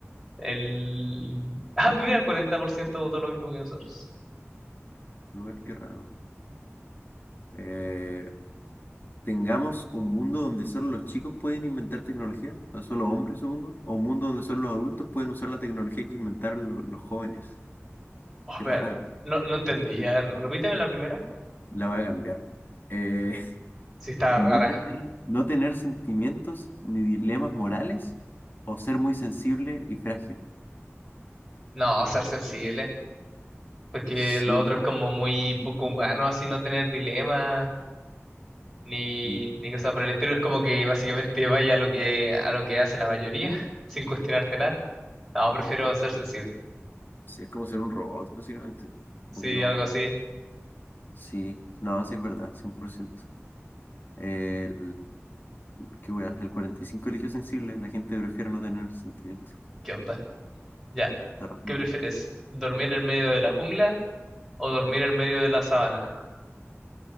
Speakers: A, in the centre; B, on the left.
A: el... Ah, mira, 40% votó lo mismo que nosotros.
B: No, es que raro. Eh, tengamos un mundo donde solo los chicos pueden inventar tecnología, o solo hombres, supongo, o un mundo donde solo los adultos pueden usar la tecnología que inventaron lo- los jóvenes.
A: Oh,
B: Qué rara,
A: vean,
B: ¿no?
A: no, no entendí. A ver, repíteme la primera.
B: la voy a cambiar. Eh, <laughs>
A: Sí, está
B: no
A: rara.
B: tener, no tener sentimientos ni dilemas morales o ser muy sensible y frágil.
A: No, ser sensible. Porque
B: Sí,
A: lo
B: porque-
A: otro es como muy poco humano, así no tener dilema. ni,
B: y
A: ni cosas por el estilo. Es como que básicamente vaya a lo que, a lo que hace la mayoría, <laughs> sin cuestionarte nada. No, prefiero ser sensible.
B: Sí, es como ser un robot, básicamente.
A: Sí,
B: Porque no.
A: algo así.
B: Sí, no, sí es verdad, cien por ciento El, qué wea, el 45 eligió sensible, la gente prefiere no tener sentimiento.
A: ¿Qué onda? Ya.
B: Está raro,
A: ¿Qué
B: ¿no?
A: prefieres? ¿Dormir en medio de la jungla o dormir en medio de la sabana?